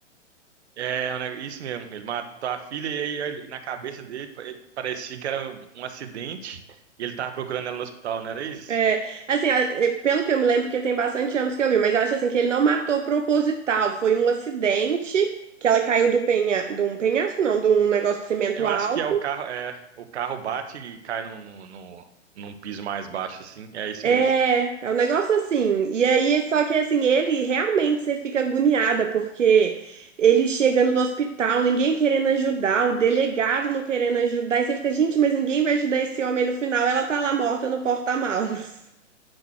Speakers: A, on the right; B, on the right.
A: É, um neg- isso mesmo. Ele matou a filha e aí ele- na cabeça dele pa- ele parecia que era um acidente e ele tava procurando ela no hospital, não era isso?
B: É, assim, a- é, pelo que eu me lembro, porque tem bastante anos que eu vi, mas eu acho assim que ele não matou proposital, foi um acidente que ela caiu do penha, de um penhasco, não, de um negócio de cimento
A: Eu
B: alto.
A: acho que é o carro, é, o carro bate e cai no, no, no- num piso mais baixo, assim. É isso
B: É,
A: mesmo.
B: é um negócio assim. E aí, só que assim, ele realmente você fica agoniada, porque ele chegando no hospital, ninguém querendo ajudar, o delegado não querendo ajudar, e você fica, gente, mas ninguém vai ajudar esse homem no final, ela tá lá morta no porta-malas.